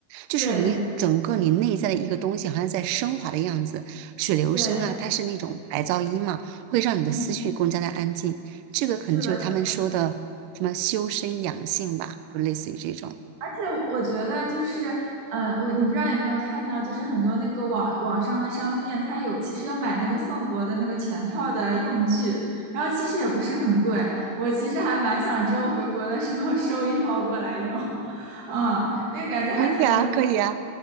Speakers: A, on the right; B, on the right.
A: 就是你整个你内在的一个东西好像在升华的样子。
B: 对对对
A: 水流声啊，
B: 对，
A: 它是那种白噪音嘛，会让你的思绪更加的安静。
B: 嗯，
A: 这个可能就是他们说的什么修身养性吧，
B: 是的，是的。
A: 就类似于这种。
B: 而且我我觉得就是，呃，我你不知道有没有看到，就是很多那个网网上的商店，它有其实有买那个宋博的那个全套的用具，然后其实也不是很贵。我其实还蛮想之后回国的时候 <laughs> 收一套过来用，<laughs> 嗯，那个感觉还挺有。
A: 可以啊，
B: 意。
A: 可以啊，